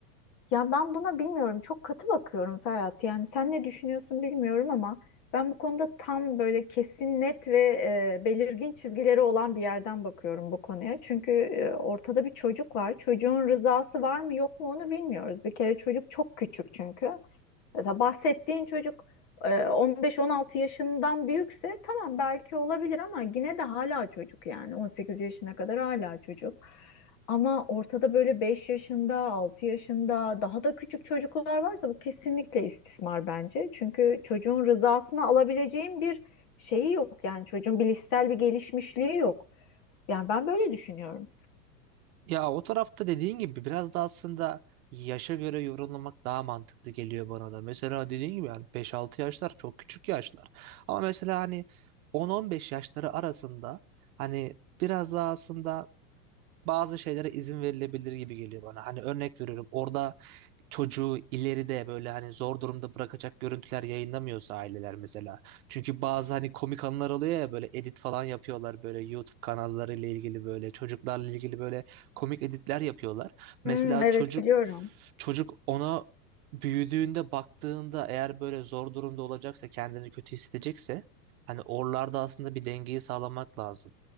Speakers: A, on the left; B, on the right.
A: Ya ben buna bilmiyorum. Çok katı bakıyorum Ferhat. Yani sen ne düşünüyorsun bilmiyorum ama ben bu konuda tam böyle kesin net ve e, belirgin çizgileri olan bir yerden bakıyorum bu konuya. Çünkü e, ortada bir çocuk var. Çocuğun rızası var mı yok mu onu bilmiyoruz. Bir kere çocuk çok küçük çünkü. Mesela bahsettiğin çocuk e, 15-16 yaşından büyükse tamam belki olabilir ama yine de hala çocuk yani 18 yaşına kadar hala çocuk. Ama ortada böyle 5 yaşında, 6 yaşında daha da küçük çocuklar varsa bu kesinlikle istismar bence. Çünkü çocuğun rızasını alabileceğin bir şeyi yok yani çocuğun bilişsel bir gelişmişliği yok. Yani ben böyle düşünüyorum.
B: Ya o tarafta dediğin gibi biraz da aslında yaşa göre yorumlamak daha mantıklı geliyor bana da. Mesela dediğin gibi yani beş-altı yaşlar çok küçük yaşlar. Ama mesela hani 10-15 yaşları arasında hani biraz daha aslında bazı şeylere izin verilebilir gibi geliyor bana. Hani örnek veriyorum orada çocuğu ileride böyle hani zor durumda bırakacak görüntüler yayınlamıyorsa aileler mesela. Çünkü bazı hani komik anlar oluyor ya böyle edit falan yapıyorlar böyle YouTube kanallarıyla ilgili böyle çocuklarla ilgili böyle komik editler yapıyorlar. Mesela
A: Hmm, evet
B: çocuk
A: biliyorum.
B: çocuk ona büyüdüğünde baktığında eğer böyle zor durumda olacaksa kendini kötü hissedecekse hani oralarda aslında bir dengeyi sağlamak lazım.